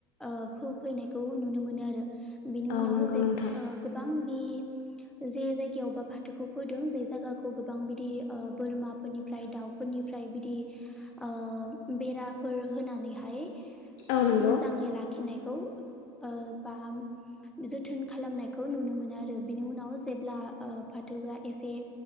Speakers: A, in the centre; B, on the left.
A: ओ फोफैनायखौ नुनो मोनो आरो बिनि
B: औ
A: उनाव
B: नंगौ
A: जे
B: नोंथां
A: ओ गोबां बे जे जायगायावबा फाथोखौ फोदों बे जायगाखौ गोबां बिदि ओ बोरमा फोरनिफ्राय दाउफोरनिफ्राय बिदि ओ बेराफोर होनानैहाय
B: औ नंगौ
A: मोजाङै लाखिनायखौ ओ बा जोथोन खालामनायखौ नुनो मोनो आरो बिनि उनाव जेब्ला ओ फाथो बा एसे